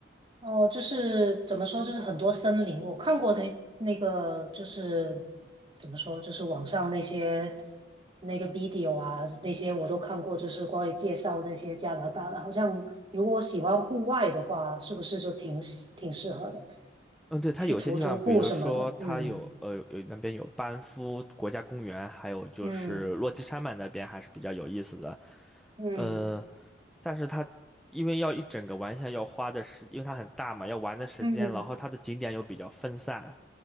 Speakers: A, on the right (about 25°); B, in the centre.
A: 哦，就是怎么说，就是很多森林，我看过的那个，就是怎么说，就是网上那些那个 video 啊，那些我都看过，就是关于介绍那些加拿大的，好像如果喜欢户外的话，是不是就挺挺适合的，
B: 嗯，对，它有些地方，
A: 去徒徒步什么的。
B: 比如说它有呃有那边有班夫国家公园，
A: 嗯
B: 还有就是落基山脉那边还是比较有意思的。
A: 嗯嗯
B: 呃，但是它因为要一整个玩下来要花的时，因为它很大嘛，要玩的时间，
A: 嗯。
B: 然后它的景点又比较分散。